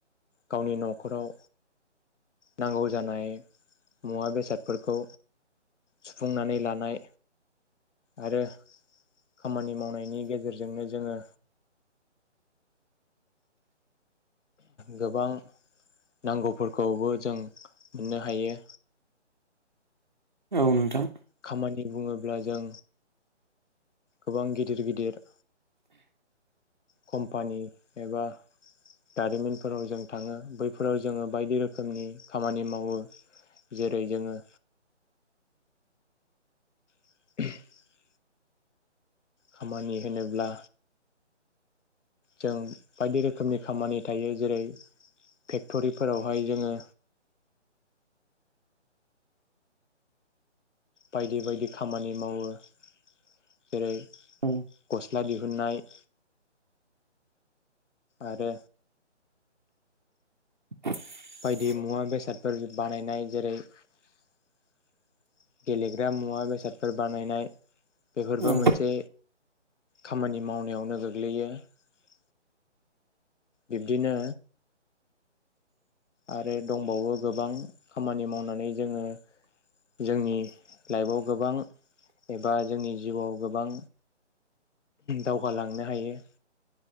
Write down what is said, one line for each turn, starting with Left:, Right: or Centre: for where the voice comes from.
Left: गावनि नखराव नांगौ जानाय मुवा बेसादफोरखौ सुफुंनानै लानाय आरो खामानि मावनायनि गेजेरजों जोंनो जोङो गोबां नांगौफोरखौबो जों मोननो हायो
Right: औ नोंथां
Left: खामानि बुङोब्ला जों गोबां गिदिर गिदिर कम्पानि एबा दारिमिनफोराव जों थाङो बैफोराव जोङो बायदि रोखोमनि खामानि मावो जेरै जोङो <inaudible> खामानि होनोब्ला जों बायदि रोखोमनि खामानि थायो जेरै फेक्टरिफोरावहाय जोङो बायदि बायदि खामानि मावो जेरै
Right: औ
Left: गस्ला दिहुननाय आरो
Right: <unintelligible>
Left: बिदि मुवा बेसादफोर बानायनाय जेरै । गेलेग्रा मुवा बेसादफोर बानायनाय बेफोरबो
Right: औ
Left: मोनसे खामानि मावनायावनो गोग्लैयो । बिब्दिनो आरो दंबावो गोबां खामानि मावनानै जोङो जोंनि लाइफआव गोबां एबा जोंनि जिउआव गोबां दावगालांनो हायो ।